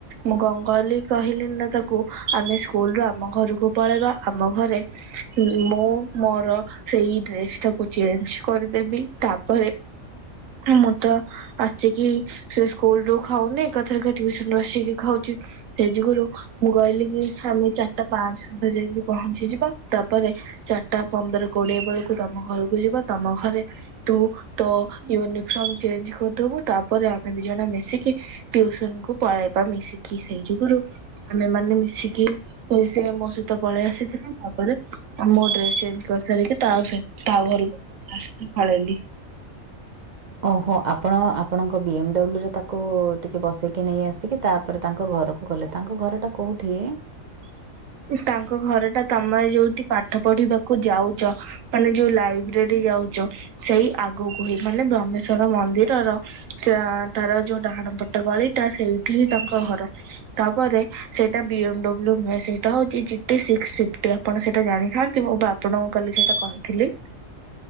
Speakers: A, on the right; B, on the right.
A: ମୁଁ କଣ କହିଲି ତାକୁ ଆମେ ସ୍କୁଲରୁ ଆମ ଘରକୁ ପଳେଇବା ଆମ ଘରେ ମୁଁ ମୋର ସେଇ ଡ୍ରେସ ଟାକୁ ଚେଞ୍ଜ କରିଦେବି ତାପରେ ମୁଁ ତ ଆସିକି ସେ ସ୍କୁଲ ରୁ ଖାଉନି ଏକଥରକେ ଟିଉସନ ରୁ ଆସିକି ଖାଉ ହଉଛି ସେ ଯୁଗରୁ ମୁଁ କହିଲି କି ଆମେ ଚାରିଟା ପାଞ୍ଚ ସୁଦ୍ଧା ଯାଇକି ପହଞ୍ଚିଯିବା ତାପରେ ପରେ ଚା ତା ପନ୍ଦର କୋଡିଏ ବେଳକୁ ତମ ଘରକୁ ଯିବ ତମ ଘରେ ତୁ ତୋ ୟୁନିଫର୍ମ ଚଞଜ କରିଦବୁ ତାପରେ ଆମେ ଦି ଜଣ ମିଶିକି ଟିଉସନ କୁ ପଳେଇବା ମିଶିକି ସେଇ ଯଗୁରୁ ଆମେ ମାନେ ମିଶିକି ସେ ମୋ ସହିତ ପଳେଇ ଆସିଥିଲେ ତାପରେ ଆ ମୋ ଡ୍ରେସ ଚ କରିସାରିକି ତା ତା ଘରକୁ ତା ପଳେଇଲି।
B: ଓହୋ ଆପଣ ଆପଣଙ୍କ ବି ଏମ ଡବ୍ଲ୍ୟୁରେ ତାକୁ ଟିକେ ବସେଇକି ନେଇ ଆସିକି ତାପରେ ତାଙ୍କ ଘରକୁ ଗଲେ ତାଙ୍କ ଘରଟା କେଉଁଠି?
A: ତାଙ୍କ ଘର ଟା ତମେ ଯୋଉଠି ପାଠ ପଢିବାକୁ ଯାଉଛ ମାନେ ଯୋଉ ଲାଇବ୍ରେରୀ ଯାଉ ସେଇ ଆଗକୁ ହିଁ ମାନେ ବ୍ରହ୍ମେଶ୍ୱର ମନ୍ଦିରର ସେ ତାର ଯୋଉ ଡାହାଣ ପଟେ ଟ ଗଳିଟା ସେଇଠି ହିଁ ତାଙ୍କ ଘର ତାପରେ ସେଇଟା ବି ଏମ ଡବ୍ଲୁ ନୁହେଁ ସେଇ ହଉଛି ଚିଟି ଆପଣ ସେଇଟା ଜାଣିଥାନ୍ତି ମୁଁ ବା ଆପଣଙ୍କୁ କାଲି ସେଇଟା କହିଥିଲି। <inaudible>